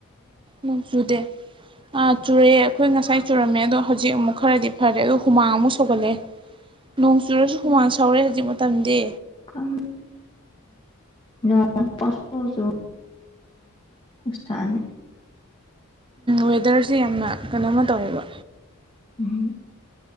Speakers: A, on the right; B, on the left.
A: ꯃꯁꯨꯨꯗꯦ ꯥ ꯆꯨꯔꯛꯑꯦ ꯑꯩꯈꯣꯏ ꯉꯁꯥꯏ ꯆꯨꯔꯝꯃꯦ ꯑꯗꯣ ꯍꯧꯖꯤꯛ ꯑꯃꯨꯛ ꯈꯔꯗꯤ ꯐꯔꯦ ꯑꯗꯣ ꯍꯨꯃꯥꯡ ꯑꯃꯨꯛ ꯁꯧꯒꯠꯂꯑꯦ ꯅꯣꯡ ꯆꯨꯔꯁꯨ ꯍꯨꯃꯥꯟ ꯁꯧꯔꯦ ꯍꯧꯖꯤꯛ ꯃꯇꯝꯗꯤ
B: ꯑꯪ ꯅꯨꯡꯁꯁꯨ ꯁꯅꯤ
A: ꯋꯦꯗꯔꯁꯦ ꯌꯥꯝꯅ ꯀꯩꯅꯣꯃ ꯇꯧꯋꯦꯕ
B: ꯎꯝ